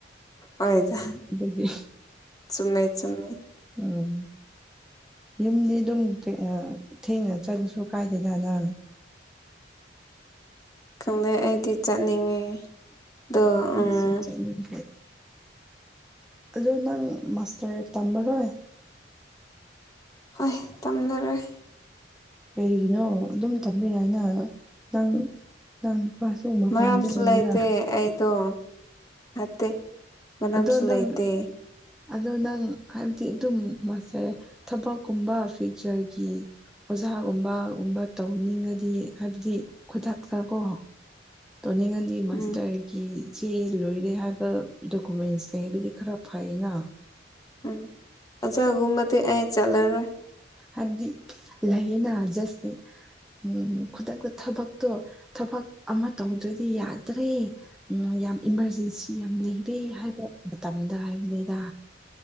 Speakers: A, on the left; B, in the centre.
A: ꯍꯣꯏꯗ
B: ꯑꯗꯨꯒꯤ
A: ꯆꯨꯝꯃꯦ ꯆꯨꯝꯃꯦ
B: ꯎꯝ ꯌꯨꯝꯗꯤ ꯑꯗꯨꯝ ꯊꯦꯡꯅ ꯆꯠꯂꯨꯁꯨ ꯀꯥꯏꯗꯦ ꯗ ꯅ
A: ꯈꯪꯗꯦ ꯑꯩꯗꯤ ꯆꯠꯅꯤꯡꯉꯦ ꯑꯗꯣ
B: ꯑꯩꯁꯨ
A: ꯎꯝ
B: ꯆꯠꯅꯤꯡ ꯑꯗꯨꯣ ꯅꯪ ꯃꯥꯁꯇꯔ ꯇꯝꯃꯔꯣꯏ
A: ꯍꯣꯏ ꯇꯝꯂꯔꯣꯏ
B: ꯀꯔꯤꯒꯤꯅꯣ ꯑꯗꯨꯝ ꯇꯝꯕ ꯌꯥꯏꯅ ꯅꯪ ꯅꯪ ꯅꯨꯄꯥꯁꯨ
A: ꯃꯔꯝꯁꯨ
B: ꯄꯥꯟꯗ ꯂꯩꯔꯤꯔ
A: ꯂꯩꯇꯦ ꯑꯩꯗꯣ ꯅꯠꯇꯦ ꯃꯅꯝꯁꯨ
B: ꯑꯗꯣ ꯅꯪ
A: ꯂꯩꯇꯦ
B: ꯑꯗꯣ ꯅꯪ ꯍꯥꯏꯕꯗꯤ ꯑꯗꯨꯝ ꯃꯥꯁꯦ ꯊꯕꯛꯀꯨꯝꯕ ꯐ꯭ꯌꯨꯆꯔꯒꯤ ꯑꯣꯖꯥꯒꯨꯝꯕꯒꯨꯝꯕ ꯇꯧꯅꯤꯡꯉꯗꯤ ꯍꯥꯏꯕꯗꯤ ꯈꯨꯗꯛꯇ ꯀꯣ ꯇꯣꯅꯤꯡ ꯉꯗꯤ ꯃꯁꯇꯔ
A: ꯎꯝ
B: ꯀꯆꯦ ꯂꯣꯏꯔꯦ ꯍꯥꯏꯕ ꯗꯣꯀꯨꯃꯦꯟꯁ ꯂꯩ ꯑꯗꯨꯗꯤ ꯈꯔ ꯐꯩꯅ
A: ꯎꯝ ꯑꯣꯖꯥꯒꯨꯝꯕꯗꯤ ꯑꯩ ꯆꯠꯂꯔꯣꯏ
B: ꯍꯥꯏꯗꯤ ꯂꯥꯏꯔꯤꯅꯥ ꯖꯁꯅꯤ ꯎꯝ ꯈꯨꯗꯛꯇ ꯊꯕꯛꯇꯣ ꯊꯕꯛ ꯑꯃ ꯇꯧꯗ꯭ꯔꯗꯤ ꯌꯥꯗ꯭ꯔꯦ ꯎꯝ ꯌꯥꯝ ꯏꯃꯥꯔꯖꯦꯟꯁꯤ ꯌꯥꯝ ꯂꯩꯔꯦ ꯍꯥꯏꯕ ꯃꯇꯝꯗ ꯍꯥꯏꯕꯅꯤꯗ